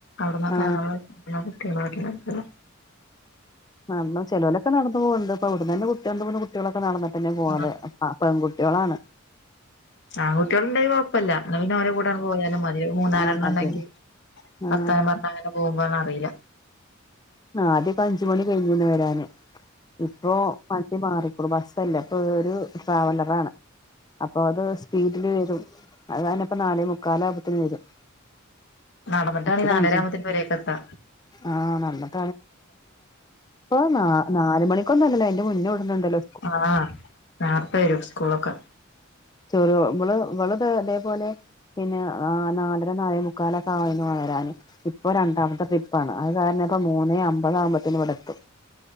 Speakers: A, on the left; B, on the left.
A: ഔട്ന്നൊക്കെ
B: ആ
A: ഞങ്ങള് <unintelligible>
B: നടന്ന് ചെലോലൊക്കെ നടന്ന് പോവ്ണ്ട് ഇപ്പ ഇവട്ന്നനെ കുട്ട്യാള് രണ്ട്, മൂന്ന് കുട്ട്യോളക്കെ നടന്നിട്ടെന്നെ പോണത്
A: ആ
B: ആഹ് പെൺകുട്ട്യോളാണ്
A: ആൺ കുട്ട്യോള് ഇണ്ടെങ്കി കൊ പ്പല്ല ഇന്നാ പിന്നെ ഓലെ കൂടാണ്ട് പോയാലും മതി മൂന്നാലെണ്ണം
B: ആ മതി
A: ഇണ്ടെങ്കി
B: ആ
A: വർത്താനം പർഞ്ഞങ്ങനെ പോവുമ്പം അത് അറീല
B: ആഹ് ആദ്യൊക്കെ അഞ്ചു മണി കഴിഞ്ഞിന്ന് വരാന് ഇപ്പൊ അ മാറിക്ണു ബസ്സല്ലപ്പ ഒരു ട്രാവലറാണ് അപ്പൊ അത് സ്പീഡില് വരും അതാണ്പ്പ നാലേ മുക്കാലാവുബത്തിന് വെരും
A: നടന്നിട്ടാണ്
B: എത്ര
A: നാലര
B: അഞ്ച്
A: ആകുമ്പത്തിന് പെരേക്ക് എത്താ
B: ആഹ് ന <unintelligible> ഇപ്പൊ ന നാല് മണിക്കൊന്നു അല്ലല്ലോ അയ്ന്റെ മുന്നേ വിടല്ണ്ടല്ലോ
A: ആഹ് ന്നാർത്തെ വെരും സ്കൂളൊക്കെ
B: ചൊരോ ഇബള് ഇബള് തെ തെപോലെ പിന്നെ ആഹ് നാലര നാലെ മുക്കാലോക്കെ ആയിണ് വരാന് ഇപ്പോ രണ്ടാമത്തെ ട്രിപ്പാണ് അത് കാരണം ഇപ്പോ മൂന്നേ അമ്പതാവുബത്തിന് ഇവിടെത്തും